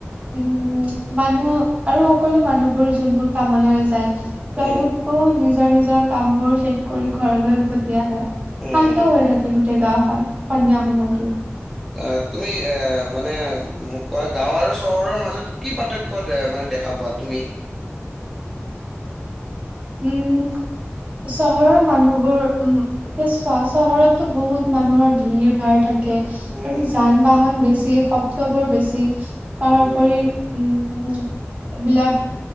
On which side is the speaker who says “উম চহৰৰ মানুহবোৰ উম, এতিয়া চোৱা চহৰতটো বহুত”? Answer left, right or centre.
Right